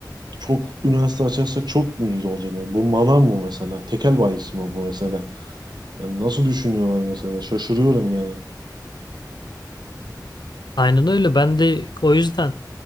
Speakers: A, on the right; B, on the left.
A: çok üniversite açarsak çok mu iyi olacak Yani bu manav mı mesela tekel bayisi mi bu mesela yani nasıl düşünüyorlar mesela şaşırıyorum yani
B: Aynen öyle. Ben de o yüzden